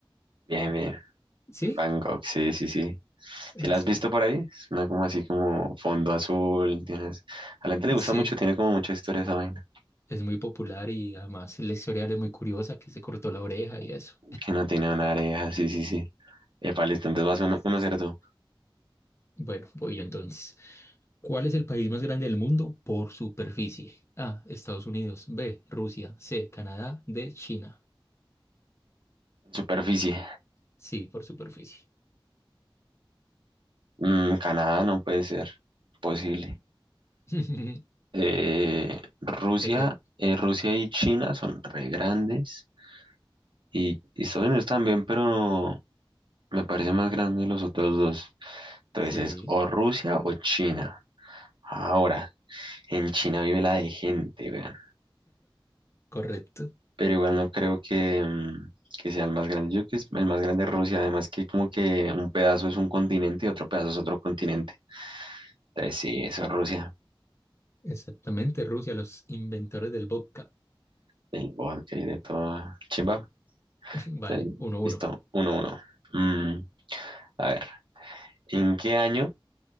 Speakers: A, on the right (about 65°); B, on the left (about 30°).
A: Bien, bien.
B: Sí,
A: Van Gogh, sí, sí, sí. si
B: así.
A: la has visto
B: Sí,
A: por ahí? Es una como así como fondo azul. Tienes... A la gente le gusta
B: sí,
A: mucho, tiene como mucha historia esa vaina.
B: es muy popular y además la historia de él es muy curiosa, que se cortó la oreja y eso.
A: que no tenía una areja sí, sí, sí. Epa, listo, entonces vas uno, uno
B: Sí.
A: cero tú.
B: Bueno, voy yo entonces. ¿Cuál es el país más grande del mundo por superficie? A, Estados Unidos, B, Rusia, C, Canadá, D, China.
A: Superficie.
B: Sí, por superficie.
A: Mm, Canadá no puede ser posible.
B: <laughs>
A: Eh, Rusia,
B: ¿De qué?
A: eh, Rusia y China son re grandes. Y, y Estados Unidos también, pero me parece más grande los otros dos. Entonces
B: Sí,
A: es o Rusia o China. Ahora, en China vive la de gente, weón.
B: correcto.
A: pero igual no creo que, mm, que sea el más grande. Yo creo que es el más grande de Rusia, además que como que un pedazo es un continente y otro pedazo es otro continente. Entonces sí, eso es Rusia,
B: Exactamente, Rusia, los inventores del vodka.
A: el bosque y de todo. Chimba,
B: <laughs> Vale,
A: Entonces,
B: uno
A: listo,
B: uno.
A: uno, uno. Mm, a ver, ¿en qué año?